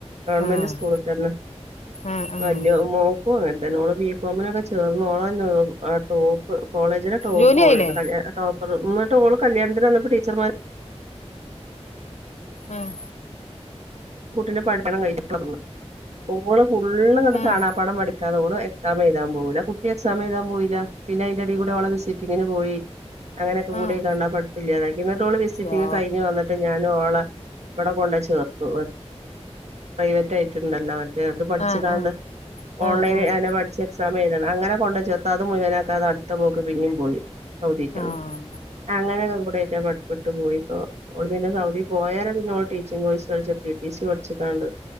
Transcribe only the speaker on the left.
ആഹ്
ആഹ് ആഹ്
ജോലി
ആയില്ലേ
ആഹ്
ആഹ്
ആഹ്
യാ
ആഹ് ആഹ്
ആഹ് ആഹ്
ആഹ്